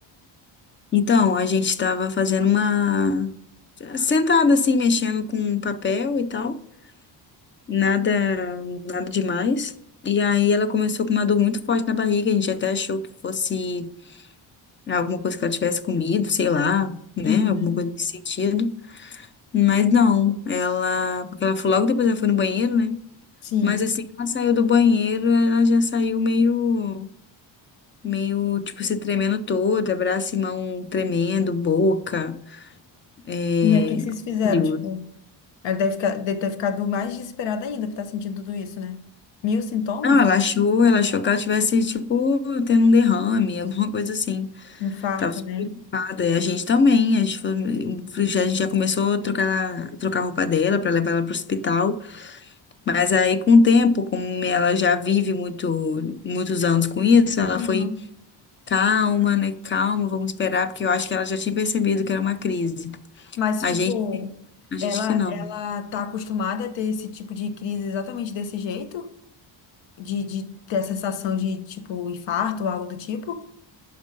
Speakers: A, on the left; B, on the left.
A: Então, a gente estava fazendo uma sentada assim, mexendo com papel e tal, nada, nada demais. E aí ela começou com uma dor muito forte na barriga, a gente até achou que fosse alguma coisa que ela tivesse comido, sei lá, né,
B: Uhum.
A: alguma coisa nesse sentido. Mas não, ela, porque ela foi logo depois ela foi no banheiro, né?
B: Sim.
A: Mas assim que ela saiu do banheiro, ela já saiu meio meio, tipo, se tremendo toda, braço e mão tremendo, boca, é...
B: E aí, o que que vocês fizeram,
A: olho.
B: tipo? Ela deve ficar- deve ter ficado mais desesperada ainda por estar sentindo tudo isso, né? Mil sintomas?
A: Não, ela achou, ela achou que ela tivesse, tipo, tendo um derrame, alguma coisa assim.
B: Infarto,
A: Tava super
B: né?
A: preocupada. E a gente também, a gente, foi- já- a gente já começou a trocar, trocar a roupa dela pra levar ela pro hospital. Mas aí, com o tempo, como ela já vive muito, muitos anos com isso, ela
B: Uhum.
A: foi calma, né? Calma, vamos esperar, porque eu acho que ela já tinha percebido que era uma crise.
B: Mas,
A: A
B: tipo,
A: gente, a gente
B: ela
A: que não.
B: ela tá acostumada a ter esse tipo de crise exatamente desse jeito? De, de ter a sensação de, tipo, infarto ou algo do tipo?